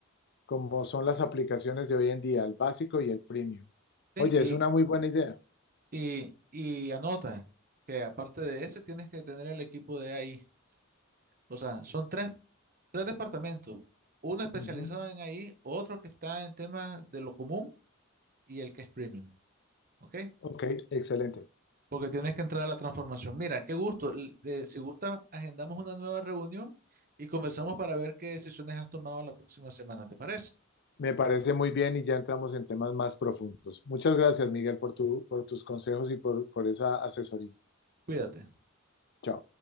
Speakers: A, on the left (about 55°); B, on the right (about 45°).
A: como son las aplicaciones de hoy en día, el básico y el premium.
B: Sí,
A: Oye,
B: Y,
A: es una muy buena idea.
B: y, y anota que aparte de ese tienes que tener el equipo de ahí. O sea, son tres, tres departamentos. Uno especializado
A: Ujú.
B: en ahí, otro que está en temas de lo común y el que es premium. ¿Ok?
A: Ok, excelente.
B: Porque tienes que entrar a la transformación. Mira, qué gusto. l- eh, si gusta, agendamos una nueva reunión y conversamos para ver qué decisiones has tomado la próxima semana. ¿Te parece?
A: Me parece muy bien y ya entramos en temas más profundos. Muchas gracias, Miguel, por tu, por tus consejos y por, por esa asesoría.
B: Cuídate.
A: Chao.